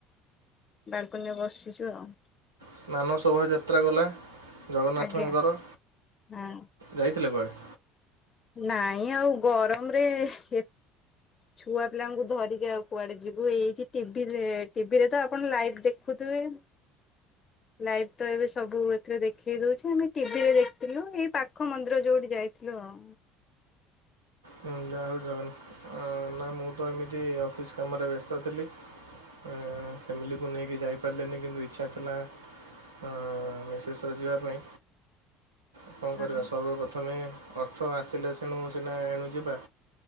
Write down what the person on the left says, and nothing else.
ବାଲ୍ କୁନିରେ ବସିଚୁ ଆଉ।
ଆଜ୍ଞା ହଁ
ନାଇଁ, ଆଉ ଗରମରେହ୍ ଏତ୍ ଛୁଆ ପିଲାଙ୍କୁ ଧରିକି ଆଉ କୁଆଡେ ଯିବୁ। ଏଇଠି ଟିଭିରେ ଟିଭିରେ ତ ଆପଣ ଲାଇଭ୍ ଦେଖୁଥିବେ। ଲାଇଭ୍ ତ ଏବେ ସବୁୁ ଏଥିରେ ଦେଖେଇ ଦଉଛି। ଆମେ ଟିଭିରେ ଦେଖିଥିଲୁ, ଏଇ ପାଖ ମନ୍ଦିର ଯୋଉଠି ଯାଇଥିଲୁ। ଲୋଁ।
ହଁ